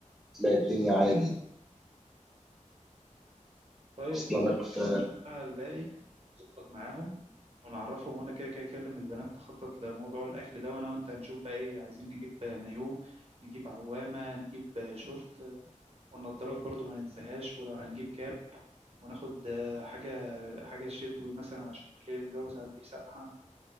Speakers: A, in the centre; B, on the right.
A: تلاقي الدنيا عادي
B: طيب
A: اصلا
B: خلاص
A: لك ف-
B: احنا نشوف بقى الباقي نظبط معاهم ونعرفهم وانا كده كده اكلم البنات تخطط لموضوع الاكل ده وانا وانت هنشوف بقى ايه عايزين نجيب مايو نجيب عوامة نجيب شورت والنضارات برضو ما ننساهاش ولو هنجيب كاب وناخد آه، حاجة حاجة شتوي مثلا عشان بالليل الجو ساعات بيسقع